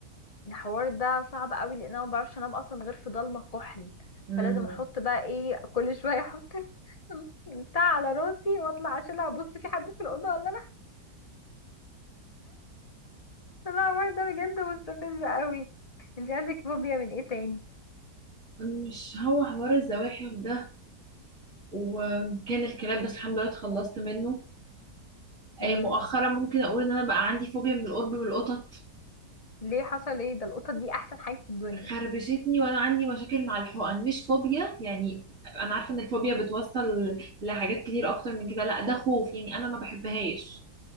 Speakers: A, on the left; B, on the right.
A: الحوار ده صعب قوي لان انا ما بعرفش انام اصلا غير في ضلمه كحل
B: مم.
A: فلازم احط بقى ايه كل شويه احط ال- <laughs> بتاع على راسي واطلع اشيلها ابص في حد في الاوضه ولا لا لا الحوار ده بجد مستفز قوي انت عندك فوبيا من ايه تاني
B: مش هو حوار الزواحف ده وكان الكلاب بس الحمد لله اتخلصت منه
A: امم
B: آه، مؤخرا ممكن أقول إن أنا بقى عندي فوبيا من القرب من القطط
A: ليه حصل ايه ده القطط دي احسن حاجه في الدنيا
B: خربشتني وانا عندي مشاكل مع الحقن مش فوبيا يعني انا عارفه ان الفوبيا بتوصل لحاجات كتير اكتر من كده لا ده خوف يعني انا ما بحبهاش